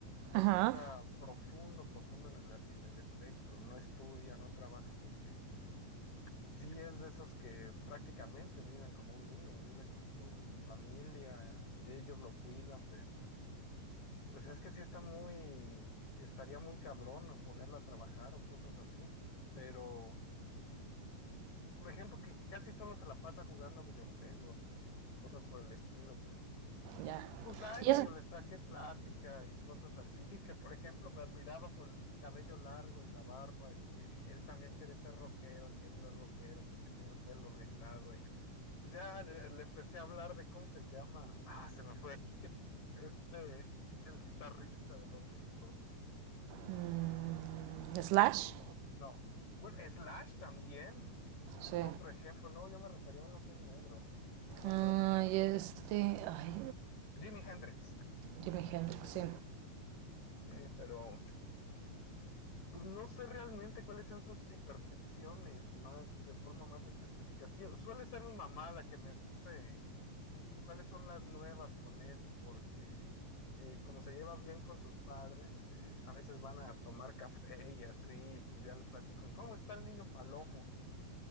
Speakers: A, on the left (about 55°); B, on the right (about 80°).
A: Ese
B: Ajá,
A: sí está profundo, profundo en el, en el espectro. No estudia, no trabaja porque sí es de esos que prácticamente viven como un niño, vive con su familia, ellos lo cuidan, pero... Pues es que sí está muy, estaría muy cabrón en ponerlo a trabajar o cosas así. Pero, por ejemplo, que casi solo se la pasa jugando videojuegos y cosas por el estilo, pero
B: ya.
A: pues ay,
B: ¿Y
A: medio
B: eso?
A: le saqué plática y cosas así, <laughs> que por ejemplo me admiraba por el cabello largo y la barba y que él también quiere ser rockero y que él no es rockero porque tiene el pelo rizado y pues ya le, le empecé a hablar de cómo se llama, ah, se me fue, <laughs> este, el guitarrista de los rizos.
B: Mm, ¿Slash?
A: Se me fue. No. Bueno, Slash también. Es
B: Sí.
A: otro ejemplo. No, yo me refería a uno que es negro, pero ya no me acuerdo
B: Ay,
A: su nombre.
B: este. Ay,
A: Jimi Hendrix.
B: Jimi Hendrix, sí.
A: Eh, pero pues no sé realmente cuáles sean sus hiperficciones más de forma más específica. Sí, suele ser mi mamá la que me dice cuáles son las nuevas con él, porque eh, como se lleva bien con sus padres, eh, a veces van a tomar café y así, y pues ya le platico, ¿y cómo está el niño Palomo?